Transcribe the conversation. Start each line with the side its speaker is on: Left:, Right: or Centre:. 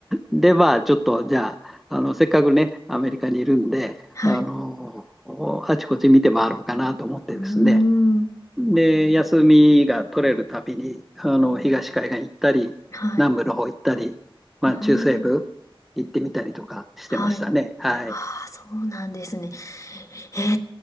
Centre: で、まあ、ちょっと、じゃあ、あの、せっかくね、アメリカにいるんで、
Left: はい。
Centre: あの、あちこち見て回ろうかなと思ってですね。
Left: うーん。
Centre: で、休みが取れるたびに、あの、東海岸行ったり、
Left: はい。
Centre: 南部の方行ったり、まあ、
Left: うーん。
Centre: 中西部行ってみたりとかしてましたね。
Left: はい。
Centre: はい。
Left: ああ、そうなんですね。え